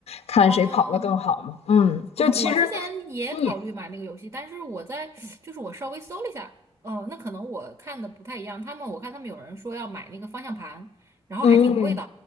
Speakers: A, on the left; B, on the right.
A: 看谁跑得更好嘛。
B: 哦
A: 嗯，就其实
B: 哦，我之前也考虑买那个游戏，
A: 你
B: 但是我在就是我稍微搜了一下，哦，那可能我看的不太一样，他们我看他们有人说要买那个方向盘，然后还挺贵的，
A: 嗯，